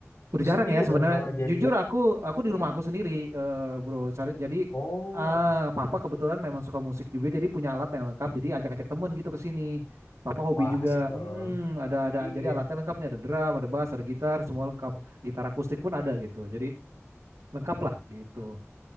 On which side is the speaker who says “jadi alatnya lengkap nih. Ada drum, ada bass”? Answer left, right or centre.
Right